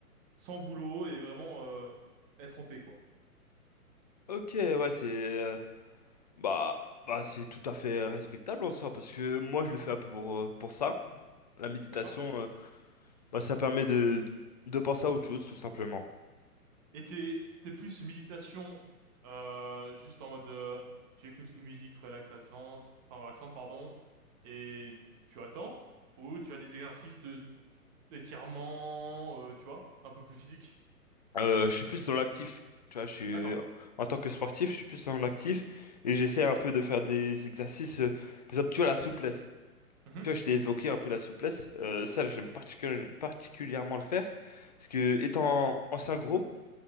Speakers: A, on the right (about 20°); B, on the left (about 30°).
A: sans boulot et vraiment, euh, être en paix, quoi.
B: Ok, ouais, c'est euh, bah bah c'est tout à fait respectable en soi parce que moi je le fais un peu pour euh, pour ça. La méditation,
A: D'accord?
B: euh, bah ça permet de de penser à autre chose tout simplement.
A: Et t'es, t'es plus méditation, euh, juste en mode, euh, tu écoutes une musique relaxante, enfin relaxante, pardon, et tu attends, ou tu as des exercices de d'étirement, euh, tu vois, un peu plus physique.
B: Euh, je suis plus dans l'actif, tu vois. Je suis
A: D'accord.
B: en tant que sportif, je suis plus dans l'actif et j'essaie un peu de faire des exercices. euh, par exemple, tu vois la souplesse.
A: Mhm.
B: Tu vois, je t'ai évoqué un peu la souplesse. Euh, ça, j'aime particuli- particulièrement le faire. Parce que, étant ancien gros,